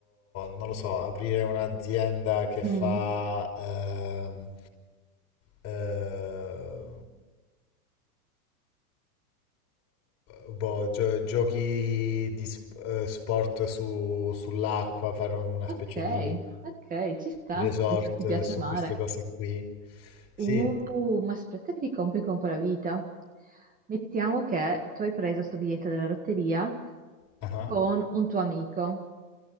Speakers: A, on the left; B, on the right.
A: non lo so, aprire un'azienda che
B: Mm.
A: fa, ehm, ehm, boh, gio- giochi di s- eh, sport su- sull'acqua, fare una specie
B: Ok,
A: di
B: ok, ci sta,
A: resort
B: mi sa che ti
A: eh,
B: piace
A: su
B: il mare.
A: queste cose qui. Sì.
B: Uh, ma aspetta che ti complico un po' la vita. Mettiamo che tu hai preso sto biglietto della lotteria
A: Ah,
B: con un tuo amico